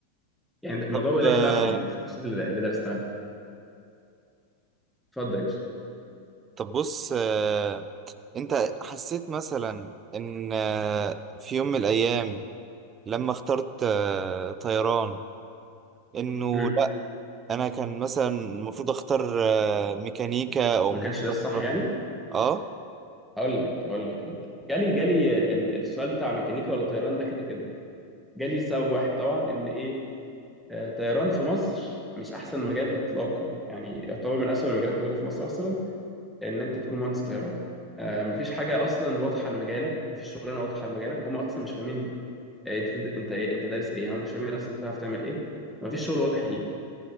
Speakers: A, in the centre; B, on the right.
A: يعني الموضوع
B: طب
A: واضح
B: آه،
A: بقى في ال- في الكورسات اللي اللي درستها اتفضل يا باشا
B: طب بص آه، انت حسيت مثلا ان آه، في يوم من الايام لما اخترت آه، طيران انه
A: امم
B: لا انا كان مثلا المفروض اختار آه، ميكانيكا او
A: ما
B: المفروض
A: كانش ده الصح
B: اختار
A: يعني
B: اه
A: اقول لك اقول لك اقول لك جالي جالي ال- السؤال بتاع ميكانيكا ولا طيران ده كده كده جالي سبب واحد طبعا ان ايه آه، طيران في مصر مش احسن مجال اطلاقا يعني يعتبر من اسوأ المجالات الموجوده في مصر اصلا ان انت تكون مهندس طيران آه، مفيش حاجه اصلا واضحه لمجالك مفيش شغلانه واضحه لمجالك هم اصلا مش فاهمين آه، انت بتد- انت ايه انت دارس ايه يعني هم مش فاهمين اصلا انت تعرف تعمل ايه مفيش شغل واضح ليك